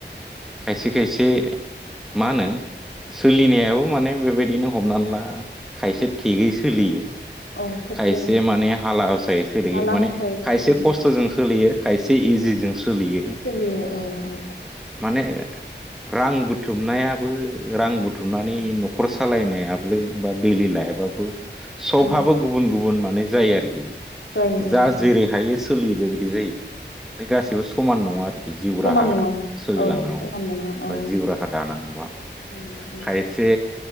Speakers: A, in the centre; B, on the left.
A: खायसे-खायसे
B: <inaudible>
A: मा होनो सोलिनायाबो माने बेबायदिनो हमना ला खायसे थिगै सोलियो
B: औ थेब
A: खायसे
B: दै
A: माने हाला जायो
B: हाला
A: माने
B: हासायै
A: खायसे
B: सोलियो
A: खस्थ'जों सोलियो खायसे इजिजों
B: औ
A: सोलियो ।
B: सोलियो औ औ
A: माने रां बुथुमनायाबो रां बुथुमनानै न'खर सालायनायाबो बा दैलि लाइफाबो सपहाबो
B: औ
A: गुबुन-गुबुन माने जायो आरोखि ।
B: जायो
A: जा जेरै हायो सोलियो बेबाय दि जायो। बे गासिबो समान नङा आरोखि जिउ
B: समान
A: राहा
B: नङा
A: सोलिलांनांगौ
B: औ समान नङा औ
A: बा जिव राहा दानांगौआ
B: उम उम
A: खायसे